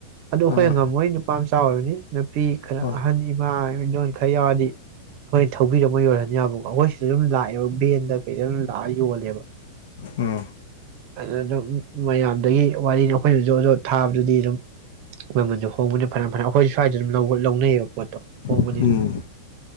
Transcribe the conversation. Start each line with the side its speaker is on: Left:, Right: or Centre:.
Right: ꯑꯗꯨ ꯑꯩꯈꯣꯏꯅ
Left: ꯑꯥ
Right: ꯉꯝꯃꯣꯏ ꯅꯨꯄꯥ ꯃꯆꯥ ꯑꯣꯏꯕꯅꯤ ꯅꯨꯄꯤ ꯈꯔ
Left: ꯑꯥ
Right: ꯑꯍꯟ ꯏꯃꯥ ꯏꯗꯣꯟ ꯈꯔ ꯌꯥꯎꯔꯗꯤ ꯑꯩꯈꯣꯏꯅ ꯄꯕꯤꯔꯝꯃ ꯌꯥꯔꯦꯅꯤꯕꯕꯨ ꯑꯩꯈꯣꯏ ꯑꯗꯨꯝ ꯂꯥꯛꯑꯦꯕ ꯕꯦꯟꯗ ꯀꯩꯗ ꯑꯗꯨꯝ ꯂꯥꯛꯑ ꯌꯣꯜꯂꯦꯕ
Left: ꯎꯝ
Right: ꯑꯗꯨ ꯑꯗꯨꯝ ꯃꯌꯥꯝꯗꯒꯤ ꯋꯥꯔꯤꯅꯤ ꯑꯩꯈꯣꯏꯅ ꯖꯣꯖ ꯊꯥꯕꯗꯨꯗꯤ ꯑꯗꯨꯝ ꯃꯃꯜꯁꯨ ꯍꯣꯡꯕꯗꯤ ꯐꯅ ꯐꯅ ꯑꯩꯈꯣꯏ ꯁ꯭ꯋꯥꯏꯗ ꯑꯗꯨꯝ ꯂꯧꯅꯩꯌꯦꯕ ꯄꯣꯠꯇꯣ ꯍꯣꯡꯕꯅꯤꯅ
Left: ꯎꯝ